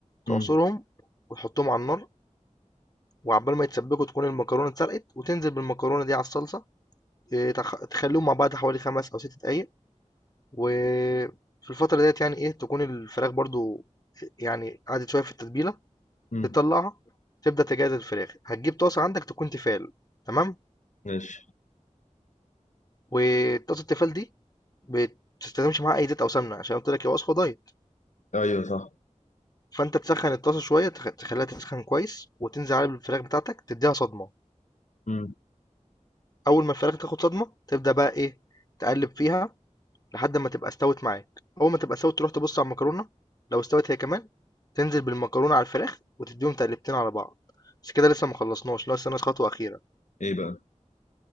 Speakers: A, on the left (about 30°); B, on the left (about 70°).
A: تعصرهم
B: مم.
A: وتحطهم على النار وعقبال ما يتسبكوا تكون المكرونة اتسلقت وتنزل بالمكرونة دي على الصلصة آه، تخ- تخليهم مع بعض حوالي خمس أو ست دقايق وفي الفترة ديت يعني ايه تكون الفراخ برضو يعني قعدت شوية في التتبيلة
B: مم.
A: تطلعها تبدأ تجهز الفراخ هتجيب طاسة عندك تكون تيفال تمام
B: ماشي
A: وطاسة التيفال دي بتستخدمش معاها أي زيت أو سمنة عشان قلت لك هي وصفة دايت
B: ايوه صح
A: فأنت تسخن الطاسة شوية تخ- تخليها تسخن كويس وتنزل عليها بالفراخ بتاعتك تديها صدمة
B: مم.
A: أول ما الفراخ تاخد صدمة تبدأ بقى إيه تقلب فيها لحد أمّا تبقى استوت معاك، أول ما تبقى استوت تروح تبُص على المكرونة، لو استوت هي كمان تنزل بالمكرونة على الفراخ وتدّيهم تقلبتين على بعض، بس كده لسه ما خلّصناش، لسه ناقص خطوة أخيرة،
B: ايه بقى